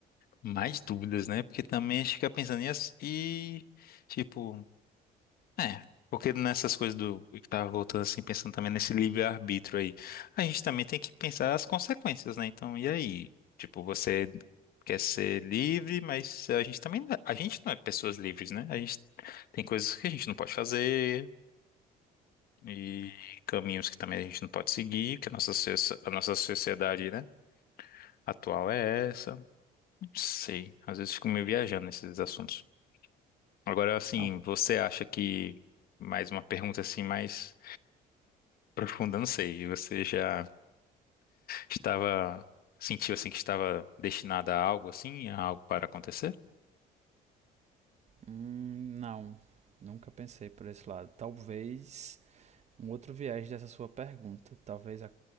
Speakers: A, on the left; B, on the right.
A: mais dúvidas, né? Porque também a gente fica pensando nisso e, tipo, É, porque nessas coisas do que tava voltando assim, pensando também nesse livre-arbítrio aí, a gente também tem que pensar as consequências, né? Então, e aí? Tipo, você quer ser livre, mas a gente também, não- a gente não é pessoas livres, né? A gente tem coisas que a gente não pode fazer e caminhos que também a gente não pode seguir, que a nossa, socie- a nossa sociedade, né, atual é essa. Não sei, às vezes fico meio viajando nesses assuntos. Agora, assim,
B: Não,
A: você acha que, mais uma pergunta assim, mais Profunda, não sei. E Você já estava, sentiu assim que estava destinada a algo assim, a algo para acontecer?
B: hum, não, nunca pensei por esse lado. Talvez um outro viés dessa sua pergunta, talvez a